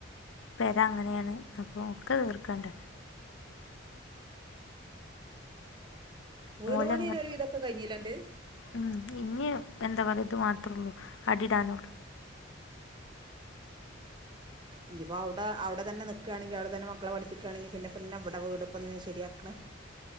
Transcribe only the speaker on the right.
വീട്പണി
ഇത് ഒരു വിധൊക്കെ കഴിഞ്ഞില്ലെ അന്റ്
ഇനിയിപ്പോ അവിടെ അവിടെ തന്നെ നിക്കാണെങ്കി അവിടെ തന്നെ മക്കളെ പഠപ്പിക്കാണെങ്കി പിന്നെപ്പിന്നെ ഇവിടെ വീട്പ്പ നീ ശരിയാക്കണ്